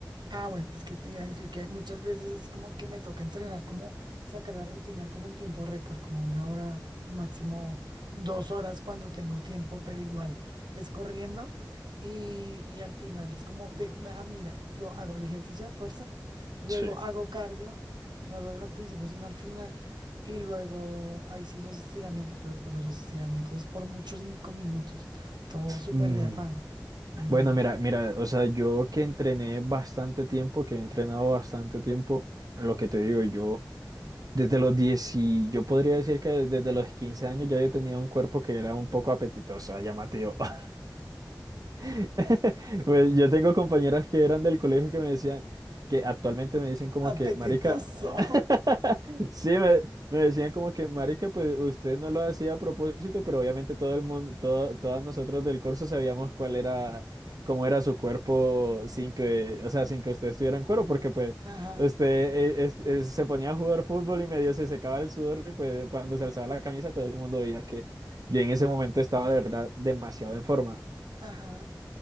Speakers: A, on the right; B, on the right.
A: Ah, bueno, es que te iba a decir que muchas veces es como que me toca entrenar, como sacar la rutina, como en tiempo récord, como una hora, máximo dos horas cuando tengo tiempo, pero igual es corriendo y, y al final es como, de- me- ah, mira, yo hago el ejercicio de fuerza, luego
B: Sí.
A: hago cardio, no lo dejo al principio, sino al final, y luego ahí sí los estiramientos, pero pues a los estiramientos es por muchos cinco minutos, todo súper
B: Mm,
A: de afán, imagínate.
B: Bueno, mira, mira, o sea, yo que entrené bastante tiempo, que he entrenado bastante tiempo, lo que te digo, yo desde los 10 y yo podría decir que desde los 15 años ya yo tenía un cuerpo que era un poco apetitoso, llamativo. <laughs> <laughs> Pues yo tengo compañeras que eran del colegio que me decían, que actualmente me dicen como
A: Apetitoso.
B: que, marica,
A: <laughs>
B: <laughs> sí, me, me decían como que, marica, pues usted no lo hacía a propósito, pero obviamente todo el mundo, todo, todas nosotros del curso sabíamos cuál era, cómo era su cuerpo sin que, o sea, sin que usted estuviera en cuero, porque pues
A: Ajá,
B: usted eh, es- es- se ponía a jugar fútbol y medio se secaba el sudor y pues cuando se alzaba la camisa todo el mundo veía que yo en ese momento estaba de verdad demasiado en forma.
A: ajá,